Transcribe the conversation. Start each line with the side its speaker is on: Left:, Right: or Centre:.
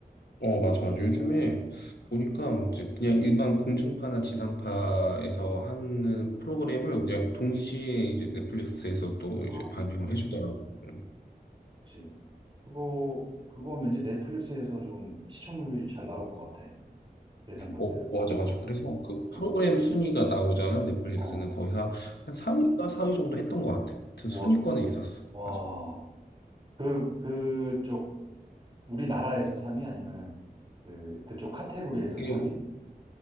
Left: 어, 맞아, 맞아. 요즘에
Right: 어,
Left: 보니까 이제 그냥 일반 공중파나 지상파에서 하는 프로그램을 그냥 동시에 이제 넷플릭스에서 또
Right: 아,
Left: 이제 방영을 해주더라고. 응.
Right: 그치. 그거, 그거 왠지 넷플릭스에서 좀 시청률이 잘 나올 것 같아. 내 생각에는.
Left: 어, 맞아, 맞아. 그래서 그 프로그램
Right: 어,
Left: 순위가 나오잖아. 넷플릭스는
Right: 어.
Left: 거기서 한 3위가 4위 정도 했던 것 같아. 하여튼
Right: 와,
Left: 순위권에 있었어.
Right: 와.
Left: 맞아.
Right: 그, 그쪽, 우리나라에서 3위? 아니면은, 그, 그쪽 카테고리에서
Left: 이게
Right: 3위?